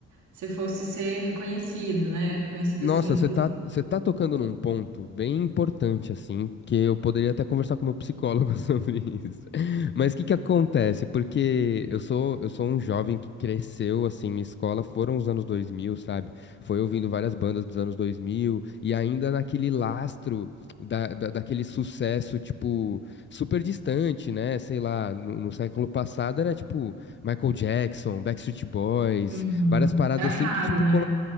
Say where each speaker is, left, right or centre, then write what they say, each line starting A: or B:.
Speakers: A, on the right; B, on the left.
A: você fosse ser reconhecido, né? Reconhecido
B: Nossa,
A: assim.
B: você tá, você tá tocando num ponto bem importante, assim, que eu poderia até conversar com meu psicólogo <laughs> sobre isso. Mas o que que acontece? Porque eu sou, eu sou um jovem que cresceu, assim, minha escola foram os anos 2000, sabe? Foi ouvindo várias bandas dos anos 2000 e ainda naquele lastro da, da- daquele sucesso, tipo, super distante, né? Sei lá, no, no século passado era, tipo, Michael Jackson, Backstreet Boys,
A: Uhum.
B: várias paradas
A: Era
B: assim
A: raro,
B: que, tipo,
A: né?